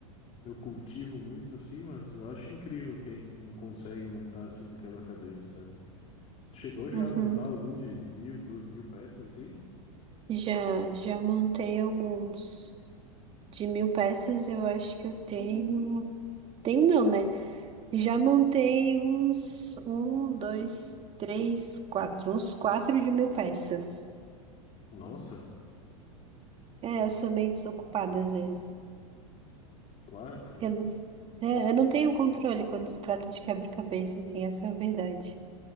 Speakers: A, on the left; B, on the right.
A: eu cultivo muito assim, mas eu acho incrível quem, quem consegue montar assim um quebra-cabeça, sabe? Tu Chegou já
B: Uhum.
A: a montar algum de mil, duas mil peças assim?
B: Já, já montei alguns. De mil peças, eu acho que eu tenho... Tenho não, né? Já montei uns um, dois, três, quatro, uns quatro de mil peças.
A: Nossa,
B: É, eu sou meio desocupada às vezes.
A: quatro?
B: Eu, é, eu não tenho controle quando se trata de quebra-cabeça, assim, essa é a verdade.